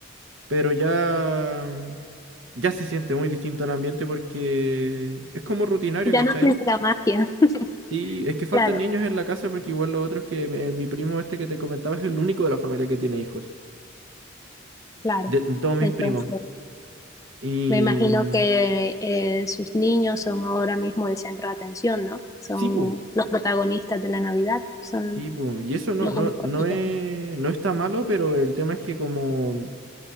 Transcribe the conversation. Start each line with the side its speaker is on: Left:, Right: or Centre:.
Right: Pero ya, ya se siente muy distinto el ambiente porque es como rutinario,
Left: Ya
Right: ¿cachai?
Left: no tienes la magia. <laughs>
Right: Sí, es que faltan
Left: Claro,
Right: niños en la casa porque igual los otros que me- mi primo este que te comentaba es el único de la familia que tiene hijos.
Left: claro.
Right: De, de todos mis
Left: Entonces,
Right: primos. Y...
Left: Me imagino que eh, sus niños son ahora mismo el centro de atención, ¿no? Son
Right: Sí, pu,
Left: los protagonistas de la Navidad, son
Right: sí, pu, Y eso no,
Left: los
Right: no,
Left: únicos
Right: no
Left: que tienen.
Right: es, no está malo, pero el tema es que como